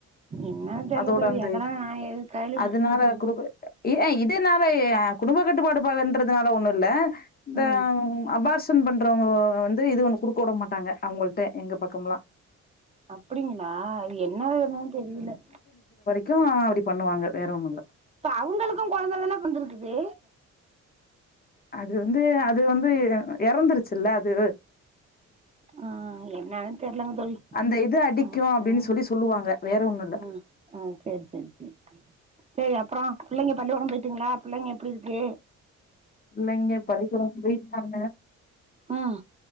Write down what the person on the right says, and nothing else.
என்னன்னு தெர்ல
தோழி
அதெல்லா
நா கேள்விப்பட்டதில்ல
தோழி
ம்
அப்டிங்களா என்ன வேணு தெரில
அப்ப அவ்ங்களுக்கு கொழந்த தான பொறந்துருக்குது
ஆ என்னானு தெர்லங்க தோழி்
அ
அ
அ அ சேரி சேரி சேரி சேர் சேரி அப்றோ புள்ளைங்க பள்ளிகொட போயிட்டீங்களா புள்ளங்க எப்டி இருக்கு
ம்